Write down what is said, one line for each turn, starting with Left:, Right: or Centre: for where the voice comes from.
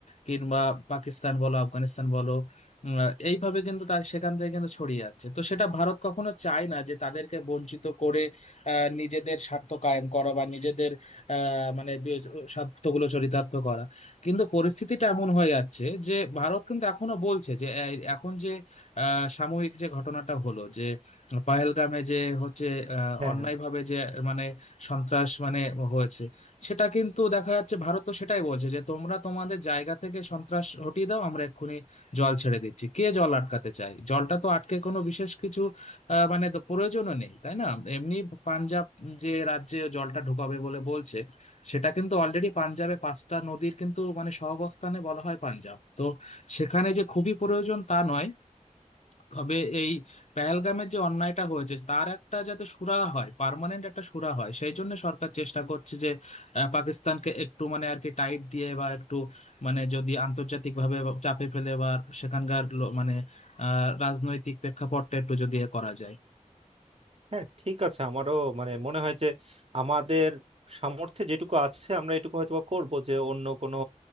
Left: কিংবা পাকিস্তান বলো আফগানিস্তান বলো উম, এইভাবে কিন্তু তার সেখান থেকে কিন্তু ছড়িয়ে আছে তো সেটা ভারত কখনো চায় না যে তাদেরকে বঞ্চিত করে আহ, নিজেদের স্বার্থ কায়েম করা বা নিজেদের আহ, মানে বি- স্বার্থগুলো চরিতার্থ করা কিন্তু পরিস্থিতিটা এমন হয়ে যাচ্ছে যে ভারত কিন্তু এখনো বলছে যে এই এখন যে আহ, সাময়িক যে ঘটনাটা হলো যে পহেলগামে যে হচ্ছে আহ,
Right: হ্যাঁ
Left: অন্যায়ভাবে
Right: হ্যাঁ
Left: যে মানে সন্ত্রাস মানে হয়েছে সেটা কিন্তু দেখা যাচ্ছে ভারত তো সেটাই বলছে যে তোমরা তোমাদের জায়গা থেকে সন্ত্রাস হটিয়ে দাও আমরা এক্ষুনি জল ছেড়ে দিচ্ছি কে জল আটকাতে চায় জলটা তো আটকে কোনো বিশেষ কিছু আহ, মানে তো প্রয়োজনও নেই তাই না এমনি পাঞ্জাব যে রাজ্যে জলটা ঢোকাবে বলে বলছে সেটা কিন্তু অলরেডি পাঞ্জাবে পাঁচটা নদীর কিন্তু মানে সহাবস্থানে বলা হয় পাঞ্জাব তো সেখানে যে খুবই প্রয়োজন তা নয় তবে এই পহেলগামের যে অন্যায়টা হয়েছে তার একটা যাতে সুরাহা হয় পার্মানেন্ট একটা সুরাহা হয় সেই জন্য সরকার চেষ্টা করছে যে আহ, পাকিস্তানকে একটু মানে আর কি টাইট দিয়ে বা একটু মানে যদি আন্তর্জাতিক ভাবে চাপে ফেলে বা সেখানকার লো- মানে আহ রাজনৈতিক প্রেক্ষাপটটা একটু যদি এ করা যায়
Right: হ্যাঁ ঠিক আছে আমারও মানে মনে হয় যে আমাদের সামর্থ্যে যেটুকু আছে আমরা এটুকু হয়তো করবো যে অন্য কোনো